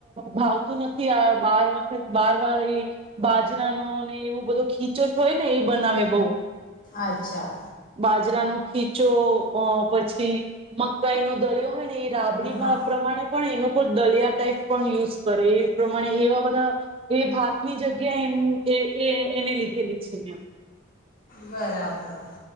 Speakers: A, on the right; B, on the left.
A: ભાવતું નથી આ બાર વખત બાર વાર એ બાજરાનો ને એવું બધો ખીચો થ હોય ને એ બનાવે બહુ
B: અચ્છા
A: બાજરાનું ખીચો અ પછી મકાઈ નો દરિયો હોય એ રાબડી મા
B: હા
A: પ્રમાણે પણ એનો દલિયા ટાઈપ પણ યુઝ કરે એ પ્રમાણે એવા બધા એ ભાતની જગ્યા એ એને લીધેલી છે એમ.
B: બરાબર.